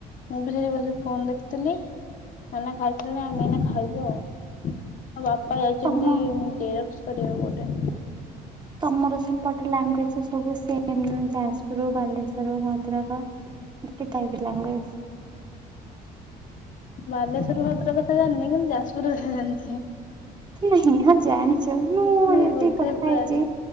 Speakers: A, on the left; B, on the right.
A: ମୁଁ ବି ସେଇଠି ବସି ଫୋନ୍ ଦେଖୁଥିଲି। ନନା ଖାଇସାରିଲେଣି ଆମେ ଏଇନା ଖାଇବୁ ଆଉ। ଆଉ ବାପା ଯାଇଛନ୍ତି
B: ତମ
A: ଜେରକ୍ସ କରିବାକୁ ଗୋଟେ।
B: ତମର ସେପଟ ଲାଙ୍ଗୁଏଜ୍ ସବୁ ସେମ୍ ନା <unintelligible> ରୁ ବାଲେଶ୍ଵର, ଭଦ୍ରକ ଗୋଟେ ଟାଇପ୍ ଲାଙ୍ଗୁଏଜ୍।
A: ବାଲେଶ୍ଵର ଭଦ୍ରକ କଥା ଜାଣିିନି କିନ୍ତୁ ଯାଜପୁର କଥା ଜାଣିଛି।
B: ନାହିଁ ହଁ ଜାଣିଛ ମୁଁ
A: ହଁ
B: ଏତିକି
A: ବୋଧେ
B: କଥା
A: ପ୍ରାୟ
B: ହେଇଛି।